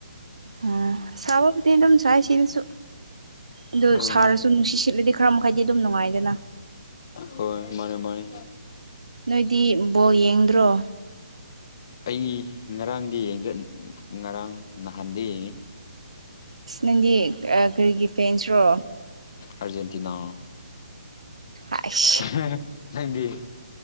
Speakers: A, on the right; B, on the left.
A: ꯑ ꯁꯕꯕꯨꯗꯤ ꯑꯗꯨꯝ ꯁꯥꯏ ꯁꯤꯗꯁꯨ ꯑꯗꯨ
B: ꯎꯝ
A: ꯁꯔꯁꯨ ꯅꯨꯡꯁꯤꯁꯤꯠꯂꯗꯤ ꯈꯔ ꯃꯈꯩꯗꯤ ꯑꯗꯨꯝ ꯅꯨꯡꯉꯥꯏꯗꯅ
B: ꯍꯣꯏ ꯃꯥꯅꯦ ꯃꯥꯅꯤ
A: ꯅꯣꯏꯗꯤ ꯕꯣꯜ ꯌꯦꯡꯗ꯭ꯔꯣ
B: ꯑꯩ ꯉꯔꯥꯡꯗꯤ ꯌꯦꯡꯗꯔꯦ ꯉꯔꯥꯡ ꯅꯍꯥꯟꯗꯤ ꯌꯦꯡꯉꯤ
A: ꯑꯁ ꯅꯪꯗꯤ ꯑ ꯀꯔꯤꯒꯤ ꯐꯦꯟꯁ꯭ꯔꯣ
B: ꯑꯔꯖꯦꯟꯇꯤꯅꯥ
A: ꯑꯥꯢꯁ
B: <unintelligible>